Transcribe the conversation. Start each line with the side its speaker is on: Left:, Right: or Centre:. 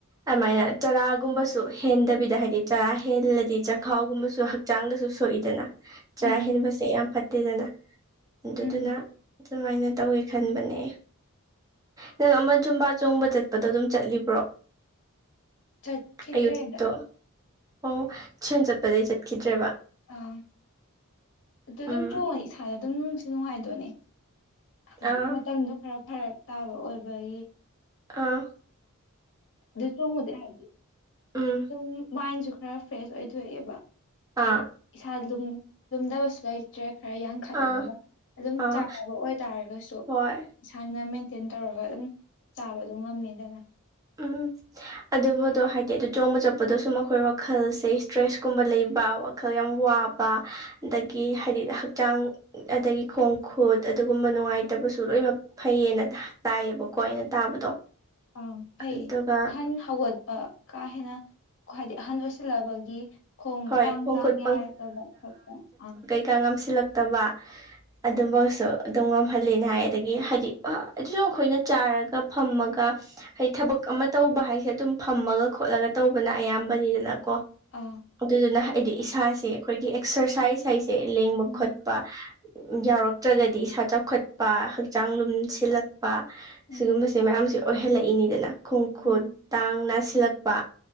Right: ꯑꯃꯥꯏꯅ ꯆꯔꯥꯒꯨꯝꯕꯁꯨ ꯍꯦꯟꯗꯕꯤꯗ ꯍꯥꯏꯗꯤ ꯆꯔꯥ ꯍꯦꯜꯂꯗꯤ ꯆꯈꯥꯎꯒꯨꯝꯕꯁꯨ ꯍꯛ ꯆꯥꯡꯗꯁꯨ ꯁꯣꯛꯏꯗꯅ ꯆꯔꯥ
Left: ꯎꯝ
Right: ꯍꯦꯟꯕꯁꯦ ꯌꯥꯝ ꯐꯠꯇꯦꯗꯅ ꯑꯗꯨꯗꯨ
Left: ꯎꯝ
Right: ꯑꯗꯨꯅ ꯑꯗꯨꯃꯥꯏꯅ ꯇꯧꯋꯦ ꯈꯟꯕꯅꯦ ꯅꯪ ꯑꯃ ꯆꯨꯝꯕꯥ ꯆꯣꯡꯕ ꯆꯠꯄꯗꯣ ꯑꯗꯨꯝ ꯆꯠꯂꯤꯕ꯭ꯔꯣ
Left: ꯆꯠꯈꯤꯗ꯭ꯔꯦꯗ
Right: ꯑꯌꯨꯛꯇꯣ ꯑꯣ ꯁꯦꯟ ꯆꯠꯄꯗꯩ ꯆꯠꯈꯤꯗ꯭ꯔꯦꯕ
Left: ꯑꯥ ꯑꯗꯨ ꯑꯗꯨꯝ
Right: ꯎꯝ
Left: ꯆꯣꯡꯉꯤ ꯏꯁꯥ ꯑꯗꯨꯝ ꯅꯨꯡꯁꯨ ꯅꯨꯡꯉꯥꯏꯗꯣꯏꯅꯦ ꯍꯥꯏꯗꯤ
Right: ꯑꯥ
Left: ꯃꯇꯝꯗꯣ ꯈꯔ ꯐꯔꯛ ꯇꯥꯕ ꯑꯣꯏꯕꯒꯤ
Right: ꯑꯥ
Left: ꯑꯗꯨ ꯆꯣꯡꯉꯨꯗꯤ ꯍꯥꯏꯗꯤ
Right: ꯎꯝ
Left: ꯑꯗꯨꯝ ꯃꯥꯏꯟꯁꯨ ꯈꯔ ꯐ꯭ꯔꯦꯁ ꯑꯣꯏꯊꯣꯛꯑꯦꯕ ꯗꯤ
Right: ꯑꯥ
Left: ꯏꯁꯥ ꯂꯨꯝ ꯂꯨꯝꯗꯥꯕꯁꯨ ꯂꯩ ꯆꯔ ꯈꯔ ꯌꯥꯡꯈꯠꯂꯒ
Right: ꯑꯥ
Left: ꯑꯗꯨꯝ
Right: ꯑꯥ
Left: ꯆꯥꯟꯅꯕ ꯑꯣꯏꯇꯥꯥꯔꯒꯁꯨ
Right: ꯍꯣꯏ
Left: ꯏꯁꯥꯅ ꯃꯦꯟꯇꯦꯟ ꯇꯧꯔꯒ ꯑꯗꯨꯝ ꯆꯥꯕꯗꯣ ꯉꯝꯃꯦꯗꯅ
Right: ꯎꯝ ꯑꯗꯨꯕꯨꯗꯣ ꯍꯥꯏꯗꯤ ꯑꯗꯨ ꯆꯣꯡꯕ ꯆꯠꯄꯗ ꯁꯨꯝ ꯃꯥꯈꯣꯏ ꯋꯥꯈꯜꯁꯦ ꯏꯁꯇ꯭ꯔꯦꯁ ꯀꯨꯝꯕ ꯂꯩꯕ ꯋꯥꯛ ꯈꯔꯝ ꯋꯥꯕ ꯑꯗꯒꯤ ꯍꯥꯏꯗꯤ ꯍꯛꯆꯥꯡ ꯑꯗꯒꯤ ꯈꯣꯡ ꯈꯨꯨꯠ ꯑꯗꯨꯒꯨꯝꯕ ꯅꯨꯡꯉꯥꯏꯇꯕꯁꯨ ꯂꯣꯏꯅ ꯐꯩꯌꯦꯅ ꯇꯥꯏꯌꯦꯕꯀꯣ ꯑꯩꯅ ꯇꯥꯕꯗꯣ
Left: ꯑ ꯐꯩ
Right: ꯑꯗꯨꯒ
Left: ꯑꯍꯟ ꯍꯜꯂꯛ ꯄꯥ ꯀꯥꯍꯦꯟꯅ ꯈꯋ꯭ꯥꯏꯗꯤ ꯑꯍꯟ ꯑꯣꯏꯁꯤꯜꯂꯑꯕꯒꯤ ꯈꯣꯡ
Right: ꯍꯣꯏ
Left: ꯇꯥꯡ
Right: ꯈꯣꯡꯈꯨꯠ
Left: ꯇꯥꯡ ꯌꯥꯔ <unintelligible>
Right: ꯀꯩ ꯉꯝꯁꯤꯜꯂꯛꯇꯕ ꯑꯗꯨꯝꯕꯁꯨ ꯑꯗꯨꯝ ꯉꯝꯍꯜꯂꯤꯅꯦ ꯍꯥꯏ ꯑꯗꯒꯤ ꯍꯥꯏꯗꯤ ꯑꯗꯨꯁꯨ ꯑꯩꯈꯣꯏꯅ ꯆꯥꯔꯒ ꯐꯝꯃꯒ ꯍꯩ ꯊꯕꯛ ꯑꯃ ꯇꯧꯕ ꯍꯥꯏꯁꯦ ꯑꯗꯨꯝ ꯐꯝꯃꯒ ꯈꯣꯠꯂꯜꯂ ꯇꯧꯕꯅ ꯑꯌꯥꯝꯕꯅꯤꯗꯅꯀꯣ
Left: ꯑꯥ
Right: ꯑꯗꯨꯗꯨꯅ ꯍꯥꯏꯗꯤ ꯏꯁꯥꯁꯦ ꯑꯩꯈꯣꯏꯒꯤ ꯑꯦꯛꯁꯔꯁꯥꯏꯁ ꯍꯥꯏꯁꯦ ꯂꯦꯡꯕ
Left: ꯎꯝ
Right: ꯈꯣꯠꯄ ꯌꯥꯎꯔꯛꯇ꯭ꯔꯒꯗꯤ ꯏꯁꯥ ꯆꯥꯎꯈꯠꯄ ꯍꯛꯆꯥꯡ ꯂꯨꯝ ꯁꯤꯜꯂꯛꯄ
Left: ꯎꯝ
Right: ꯁꯤꯒꯨꯝꯕꯁ ꯁꯤ ꯃꯌꯥꯝꯁꯦ ꯑꯣꯏꯍꯜꯂꯛꯏꯅꯤꯗꯅ ꯈꯣꯡ ꯈꯨꯨꯠ
Left: ꯎꯝ
Right: ꯇꯥꯡ ꯅꯥꯁꯤꯜꯂꯛꯄ